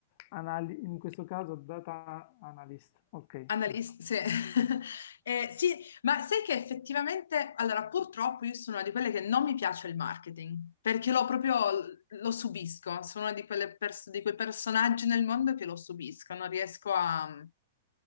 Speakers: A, on the left; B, on the left.
A: anali- in questo caso data analyst, ok,
B: analista,
A: giusto.
B: sì. <laughs> Eh, sì, ma sai che effettivamente, allora purtroppo io sono una di quelle che non mi piace il marketing, perché lo proprio lo subisco, sono una di quelle pers- di quei personaggi nel mondo che lo subisco, non riesco a,